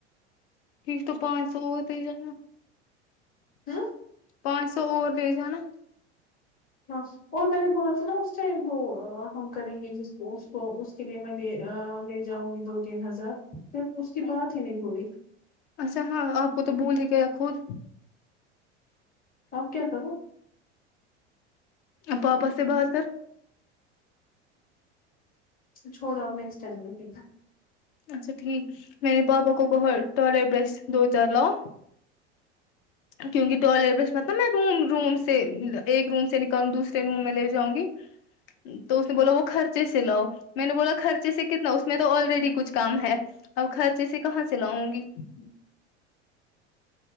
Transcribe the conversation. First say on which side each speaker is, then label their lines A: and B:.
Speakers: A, on the left; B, on the left.
A: ٹھیک تو پانچ سو ہوتے جا
B: ہوں
A: پانچ سو اور لے جانا
B: ہاں اور میں نے بولا تھا نا اس ٹائم وہ ہم کریں گے جس کو کو میں لے لے جاؤں گی دو تین ہزار پھر اس کی بات ہی نہیں ہوئی
A: اچھا ہاں آپ کو تو بول ہی گیا خود
B: اوکے سر
A: پاپا سے بات کر
B: چھوڑو آپ نیکسٹ ٹائم رکے گے
A: اچھا ٹھیک میں نے پاپا کو ٹوائلٹ برش دو چار لاؤ کیونکہ ٹوائلیٹ برش مطلب میں روم روم سے ایک روم سے نکالوں دوسرے روم میں لے جاؤں گی تو اس نے بولا وہ خرچ خرچے سے لاؤ میں نے بولا خرچے سے کتنا اس میں تو آلریڈی کچھ کم ہے اور خرچے سے کہاں سے لاؤں گی
B: جی